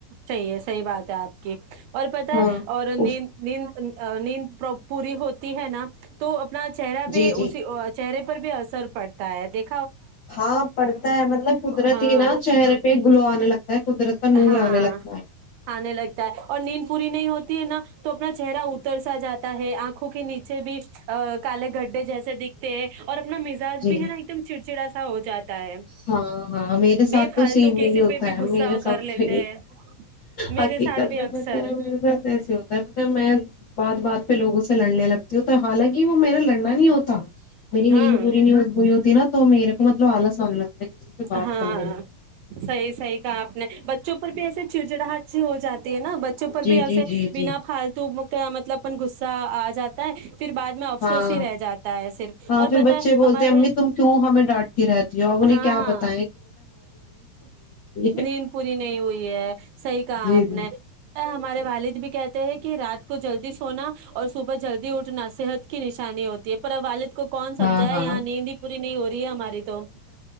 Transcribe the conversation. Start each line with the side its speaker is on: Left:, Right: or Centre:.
Right: صحیح ہے صحیح بات ہے آپ اور پت ہے
Left: ہاں
Right: اور نیند
Left: اس
Right: نیند نیند پر پوری ہوتی ہے نا تو اپنا چہرہ بھی
Left: جی
Right: اسی
Left: جی
Right: چہرے پر بھی اثر پڑتا ہے د
Left: ہاں پڑتا ہے مطلب قدرتی
Right: ہاں
Left: ہی نا چہرے پہ گلو آنے لگتا ہے قدرت کا نور
Right: ہاں
Left: آنے لگتا ہے
Right: ہ ن ل آتا ہے اور نین پ ی نہیں ہوتی ہے نا تو اپنا چہرہ اتر سا جاتا ہے آنکھ آکھوں کے نیچے بھی کالے گھڈھے جیسے دکھتے ہیں اور اپنا مزاج
Left: جی
Right: بھی ہے نا ایکم چڑچڑا ہو جاتا ہے
Left: ہاں ہاں میرے ساتھ
Right: بے
Left: تو
Right: فالتو
Left: سیم
Right: کسی
Left: یہی ہوتا
Right: پہ بھی
Left: ہے
Right: غصہ
Left: میرے ساتھ
Right: کر لیتے ہیں میرے
Left: حقیقت
Right: ساتھ بھی
Left: میں
Right: اکثر
Left: بتا ہے میرے ساتھ ایسے ہوتا ہے پت میں بات بات پہ لوگوں سے لڑنے لگتی ہوتا حالانکہ وہ میرا لڑنا نہیں ہوتا میری
Right: ہاں
Left: نید پورری نہیں ب ہوتی نا تو میرے کو مطلب آلس <inaudible> بات
Right: ہاں
Left: کرنے میں
Right: صحی صحی کہا آپ نے چوپ بھی ایسے چڑچڑ ہاد سے ہو جاتی نا بچوں پر
Left: جی
Right: بھی ایے
Left: جی جی
Right: بنا
Left: جی
Right: پالتو مطلب اپن گغصہ آ جاتا ہے پھر بعد میں افسوس
Left: ہاں
Right: ہی رہ جاتا ہے صرف
Left: ہاں
Right: اور
Left: پھر
Right: پتا
Left: بچے
Right: ہے
Left: بولتے
Right: ہمارے
Left: امی تم کیوں ہمیں ڈانٹتی رہتی ہو ا انہیں
Right: ہاں
Left: کیا بتا ہے
Right: نیند پوری نہیں ہوئی ہے صحیح کہا
Left: جی
Right: آپ
Left: جی
Right: نے ہمارے والد بھی کہتے ہیں کہ کہ رات کو جلدی سونا اور صبح جلدی اٹھنا صحت کی نشانی ہوتی ہے پر والد کے اس کو کون سمجھا
Left: ہاں ہاں
Right: ہے یہاں نیند ہی پوری نہیں ہو رہی ہے ہماری تو